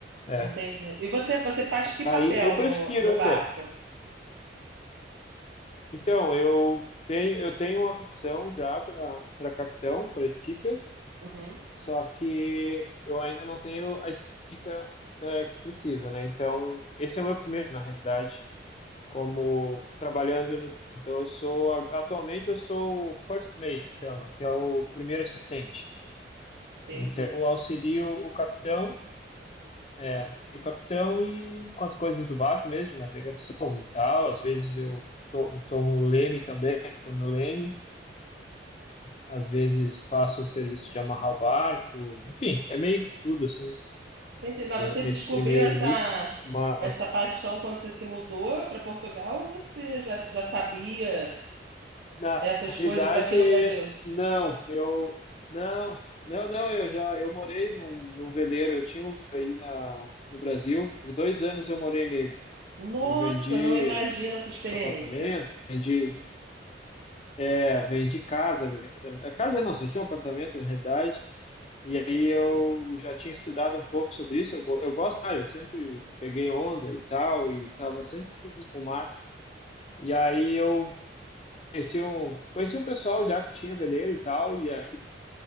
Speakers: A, on the left; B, on the right.
A: É.
B: Entendi. E você, você faz que
A: Aí
B: papel
A: eu prefiro
B: no, no
A: até.
B: barco?
A: Então, eu tenho, eu tenho uma opção já para para capitão, para skipper.
B: Uhum,
A: Só que eu ainda não tenho a experiência, eh, que precisa, né? Então, esse é o meu primeiro, na realidade, como trabalhando no. Então, eu sou, a- atualmente, eu sou o first mate, chama, que é o primeiro assistente.
B: entendi.
A: Então, eu auxilio o capitão, é, o capitão e com as coisas do barco mesmo, de navegação e tal. Às vezes eu to- tomo o leme também, quando o leme. Às vezes faço o serviço de amarrar o barco, enfim, é meio que tudo assim.
B: Entendi. Mas você
A: nesse
B: descobriu
A: primeiro
B: essa,
A: início, mas
B: essa paixão quando você se mudou para Portugal ou você já, já sabia?
A: na
B: essas
A: realidade,
B: coisas aqui no Brasil.
A: não, eu não, não, não, eu já eu morei num, num veleiro, eu tinha um aí na, no Brasil, por dois anos eu morei nele.
B: Nossa,
A: Eu vendi
B: não imagino essa experiência.
A: apartamento, vendi, é, vendi casa, vendi, apartamento. É, casa não, só tinha um apartamento na realidade. E aí eu já tinha estudado um pouco sobre isso. Eu, go- eu gosto, ah, eu sempre peguei onda e tal, e estava sempre com o mar. E aí eu Conheci um, conheci um pessoal já que tinha veleiro e tal, e aí